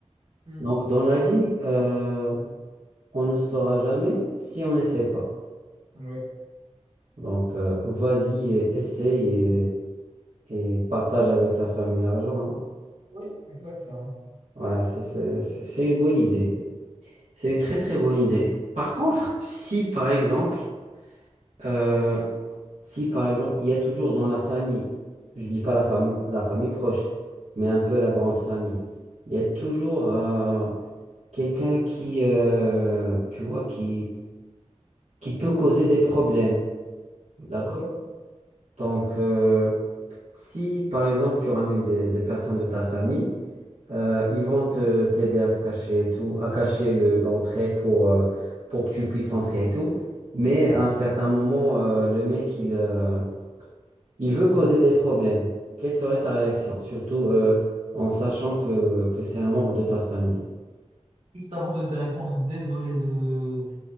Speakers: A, on the right (about 60°); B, on the right (about 80°).
A: hmm,
B: Donc, dans la vie, euh, on ne saura jamais si on n'essaie pas.
A: Oui,
B: Donc, euh, vas-y, et essaye et, et partage avec ta famille l'argent. hein.
A: oui, exactement.
B: Ouais, c'est c'est- c'est- c'est une bonne idée. C'est une très très bonne idée. Par contre, si par exemple, euh, si par exemple, il y a toujours dans la famille, je dis pas la famille, la famille proche, mais un peu la grande famille, il y a toujours euh, quelqu'un qui, euh, tu vois, qui, qui peut causer des problèmes. D'accord?
A: Ok.
B: Donc, euh, si par exemple, tu ramènes des des personnes de ta famille, Euh, ils vont te t'aider à te cacher et tout, à cacher le- l'entrée pour, euh, pour que tu puisses entrer et tout. Mais à un certain moment, euh, le mec, il, euh, il veut causer des problèmes. Quelle serait ta réaction? Surtout euh, en sachant que, que c'est un membre de ta famille.
A: Juste avant de te répondre, désolé de,